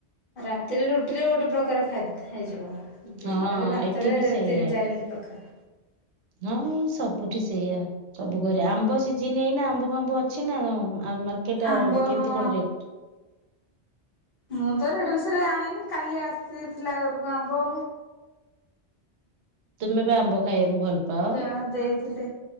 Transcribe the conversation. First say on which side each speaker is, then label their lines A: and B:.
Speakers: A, on the left; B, on the right.
A: ରାତିରେ ରୁଟିରେ ଗୋଟେ ପ୍ରକାର ଖା ହେଇଯିବ। ଦିନରେ
B: ହଁ
A: ଭାତରେ
B: ଏଠି ବି ସେଇଆ।
A: ତିନି ଚାରି ପ୍ର କାର।
B: ହଁ, ଏଇ ସବୁଠି ସେଇଆ। ସବୁ ଘରେ ଆମ୍ବ ସିଜିନ ଏଇନା ଆମ୍ବ-ଫାମ୍ବ ଅଛି ନା, ମାର୍କେଟ
A: ଆମ୍ବ
B: କେମିତି
A: ହଁ
B: କଣ ରେଟ୍?
A: ମୁଁ ତ ଏଟେ ବିଷୟରେ ଜାଣିନି, କାଲି ଆସିଥିଲା ଘରକୁ ଆମ୍ବ।
B: ତୁମେ ପା ଆମ୍ବ ଖାଇବାକୁ ଭଲ ପାଅ
A: ଜଣେ ଦେଇ ଥିଲେ।